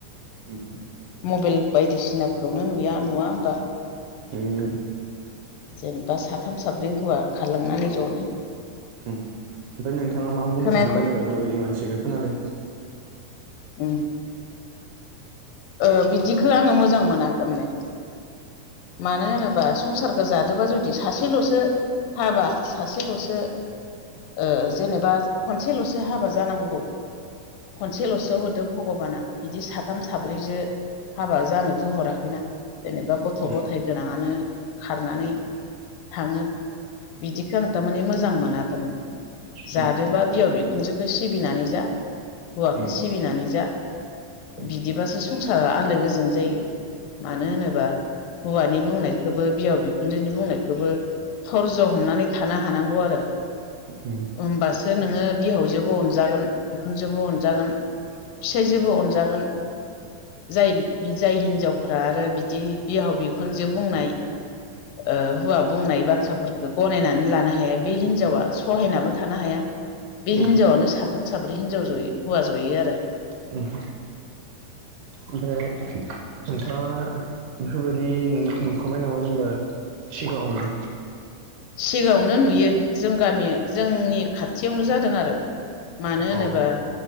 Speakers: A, on the right; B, on the left.
A: <inaudible>
B: मबाइल बायदिसिनाफोरावनो नुया नुवा होमबा?
A: नुयो नुयो
B: जेनेबा साथाम साब्रै हौवा खारलांनानै जनो
A: उम ओमफ्राय नोंथांङा मा बुंनो
B: खोनायाखै
A: सानो जेनेबा इफोरबायदि मानसिखो खोनादो
B: उम ओ बिदिखो आंङो मोजां मोना थारमाने। मानो होनोबा संसार जादोबा जुदि सासेल'सो हाबा सासेल'सो ओ जेनेबा खनसेल'सो हाबा जानांगौ खनसेल'सो हरदो भगबाना बिदि साथाम साब्रैजो हाबा जानोथ' हराखैना जेनेबा गथ'
A: उम
B: गथाय गोनाङानो खारनानै थाङो बिदिखो आं थारमाने मोजां मोना थारमाने। जादोबा
A: उम
B: बिहाव बिखुनजोखौ सिबिनानै जा हौवाखौ
A: उम
B: सिबिनानै जा
A: उम
B: बिदिबासो संसारा आलो गोजोन जायो। मानो होनोबा हौवानि बुंनायखौबो बिहाव बिखुनजोनि बुंनायखौबो धर्ज हमनानै थानो हानांगौ आरो
A: उम
B: ओमबासो नोङो बिहावजोबो अनजागोन बिखुनजोबो अनजागोन फिसाइजोंबो अनजागोन जाय जाय हिनजावफोरा आरो इदि बिहाव बिखुनजो बुंनाय ओ हौवा बुंनाय बाथ्राफोरखौ गनायनानै लानो हाया बे हिनजावा सहायनाबो थानो हाया। बे
A: उम
B: हिनजावनो साथाम साब्रै हिनजाव जयो हौवा जयो आरो।
A: उम ओमफ्राय नोंथांङा बेफोरबायदि नु-नुखाबाय नामा जेनेबा सिगांङावनो?
B: सिगांङावनो नुयो जों गामि जोंनि खाथियावनो जादों आरो। मानो होनोबा
A: औ